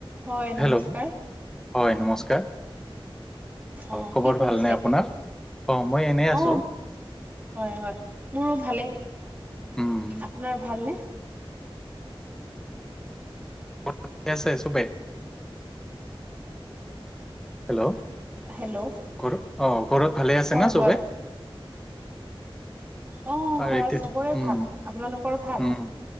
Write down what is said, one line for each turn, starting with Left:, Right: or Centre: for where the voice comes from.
Right: হয় নমস্কাৰ
Centre: হেল্ল' হয় নমস্কাৰ
Right: অ
Centre: খবৰ
Right: কি কৰিছে
Centre: ভালনে আপোনাৰ অ মই এনেই আছো
Right: অ হয় হয় মোৰো ভালেই
Centre: উম
Right: আপোনাৰ ভালনে
Centre: ঠিকে আছে চবেই হেল্ল'
Right: হেল্ল'
Centre: ঘৰ অ ঘৰত ভালে আছে
Right: হয়
Centre: না চবেই
Right: হয় অ
Centre: আৰু
Right: ঘৰত
Centre: এতিয়া
Right: চবৰে
Centre: উম
Right: ভাল আপোনালোকৰ ভাল
Centre: উম